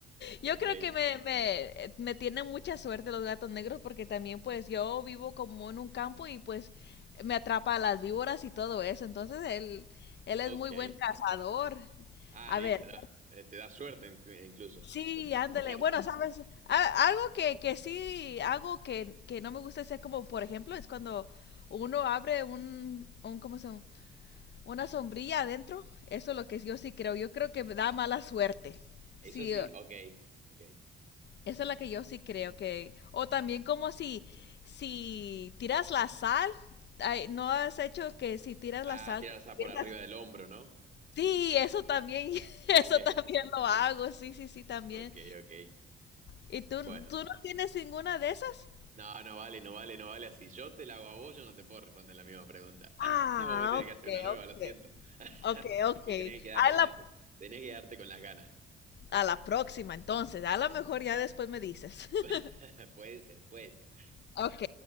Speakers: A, on the right; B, on the left.
A: Ok,
B: Yo creo que me, me, eh, me tienen mucha suerte los gatos negros porque también pues yo vivo como en un campo y pues me atrapa a las víboras y todo eso. Entonces él, él es
A: ok.
B: muy buen cazador.
A: Ah,
B: A
A: listo,
B: ver,
A: no. Eh, te da suerte inclu- incluso.
B: sí,
A: Al
B: ándale.
A: contrario.
B: Bueno, sabes, A- algo que, que sí hago que, que no me gusta hacer como por ejemplo es cuando uno abre un, un ¿cómo se llama? Una sombrilla adentro. Eso es lo que yo sí creo. Yo creo que me da mala suerte.
A: Eso
B: Sí,
A: sí, ok, ok.
B: Esa es la que yo sí creo que... O también como si, si tiras la sal, ay, ¿no has hecho que si tiras la
A: Ah,
B: sal...
A: tirarse
B: te avientas?
A: por arriba del hombro, ¿no?
B: Sí, eso también, <laughs> eso
A: Ok,
B: también lo hago, sí, sí, sí, también.
A: ok, ok.
B: ¿Y tú,
A: Bueno,
B: tú no tienes ninguna de esas?
A: no, no vale, no vale, no vale. Si yo te la hago a vos, yo no te puedo responder la misma pregunta. <laughs>
B: Ah,
A: Vos me tenés
B: ok,
A: que hacer una nueva,
B: ok,
A: lo siento. <laughs>
B: ok, ok.
A: Te tenés que quedar
B: A
A: con
B: la,
A: la, te- tenés que quedarte con las ganas.
B: a la próxima entonces, a lo mejor ya después me dices. <laughs>
A: <laughs> Puede ser, puede ser.
B: Ok,